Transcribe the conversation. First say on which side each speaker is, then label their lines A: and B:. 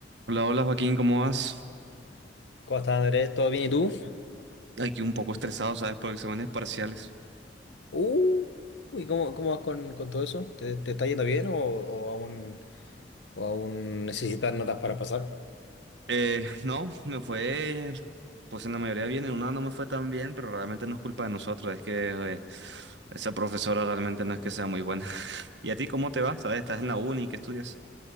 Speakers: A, on the right; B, on the left.
A: Hola, hola Joaquín, ¿cómo vas?
B: ¿Cómo estás, Andrés? ¿Todo bien y tú?
A: Aquí un poco estresado, ¿sabes? Por exámenes parciales.
B: Uh, uy, ¿cómo, cómo vas con, con todo eso? ¿Te, te está yendo bien o, o aún, o aún necesitas notas para pasar?
A: Eh, <laughs> no, me fue, pues en la mayoría bien, en una no me fue tan bien, pero realmente no es culpa de nosotros, es que eh, esa profesora realmente no es que sea muy buena. <laughs> ¿Y a ti cómo te va? ¿Sabes? ¿Estás en la uni? ¿Qué estudias?